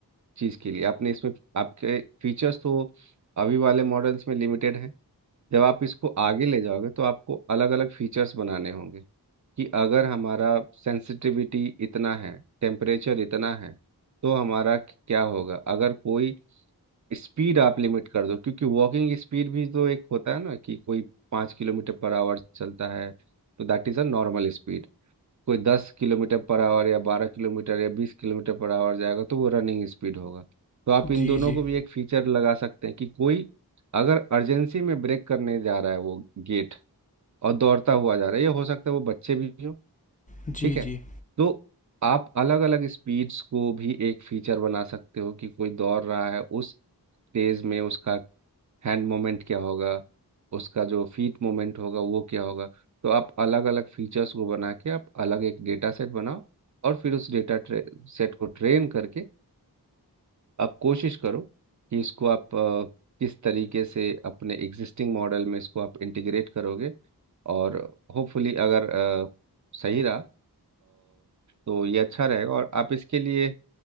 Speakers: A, on the right; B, on the left.
A: चीज़ के लिए आपने इसमें आपके फीचर्स तो अभी वाले मॉडल्स में लिमिटेड हैं जब आप इसको आगे ले जाओगे तो आपको अलग अलग फीचर्स बनाने होंगे कि अगर हमारा सेंसिटिविटी इतना है टेम्परेचर इतना है तो हमारा क्या होगा अगर कोई स्पीड आप लिमिट कर दो क्योंकि वॉकिंग स्पीड भी तो एक होता है ना कि कोई पाँच किलोमीटर पर आवर चलता है तो that is a normal speed कोई दस किलोमीटर पर आवर या बारह किलोमीटर या बीस किलोमीटर पर आवर जाएगा तो वो रनिंग स्पीड होगा तो आप इन
B: जी
A: दोनों
B: जी
A: को भी एक फीचर लगा सकते हैं कि कोई अगर अर्जेंसी में ब्रेक करने जा रहा है वो गेट और दौड़ता हुआ जा रहा है ये हो सकता है वो बच्चे भी हो
B: जी
A: ठीक है
B: जी
A: तो आप अलग अलग स्पीड्स को भी एक फीचर बना सकते हो कि कोई दौड़ रहा है उस तेज में उसका हैंड मोमेंट क्या होगा उसका जो फीट मोमेंट होगा वो क्या होगा तो आप अलग अलग फीचर्स को बना के आप अलग एक डेटा सेट बनाओ और फिर उस डेटा सेट को ट्रेन करके आप कोशिश करो कि इसको आप अ, किस तरीके से अपने एग्जिस्टिंग मॉडल में इसको आप इंटीग्रेट करोगे और होपफुली अगर अ, सही रहा अ, तो ये अच्छा रहेगा और आप इसके लिए